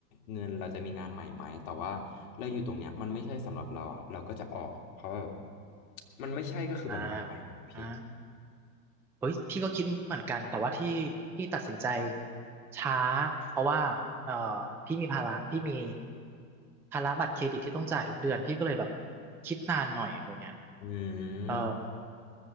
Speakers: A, on the left; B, in the centre.
A: เงินเราจะมีงานใหม่ไหมแต่ว่าเราอยู่ตรงเนี้ยมันไม่ใช่สำหรับเราอะเราก็จะออกเพราะว่ามันไม่ใช่ก็คือมันไม่ใช่นะครับพี่
B: อ่าอ่า เฮ้ยพี่ก็คิดเหมือนกันแต่ว่าที่พี่ตัดสินใจช้าเพราะว่าเอ่อพี่มีภาระพี่มีภาระบัตรเครดิตที่ต้องจ่ายทุกเดือนพี่ก็เลยแบบคิดนานหน่อยอะไรเงี้ย
A: อืม
B: เออ